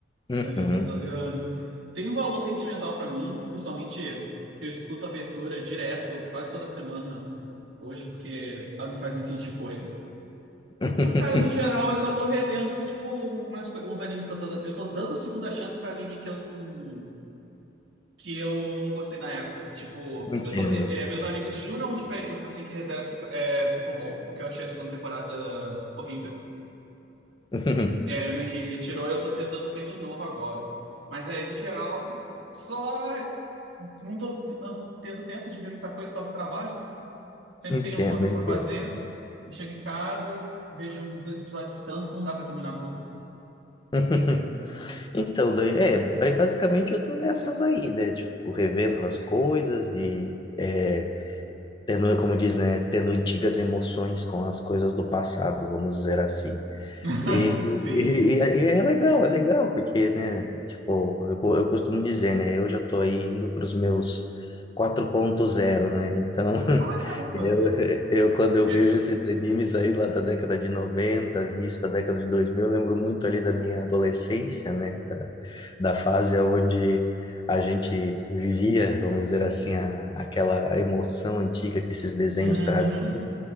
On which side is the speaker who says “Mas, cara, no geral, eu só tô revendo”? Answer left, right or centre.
Right